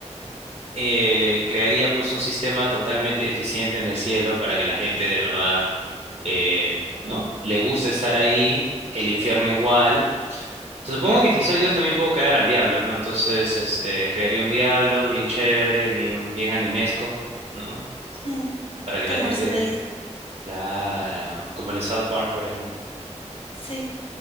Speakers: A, on the right; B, on the left.
A: eh, crearía pues un sistema totalmente eficiente en el cielo para que la gente de verdad, eh, ¿no? Le guste estar ahí, el infierno igual Supongo que si soy Dios también puedo caer al diablo, ¿no? Entonces, este, crearía un diablo bien chévere, bien, bien animesco, ¿no?
B: mm,
A: Para que
B: con
A: la gente,
B: personalidad.
A: claro, como el de South Park, por ejemplo.
B: Sí.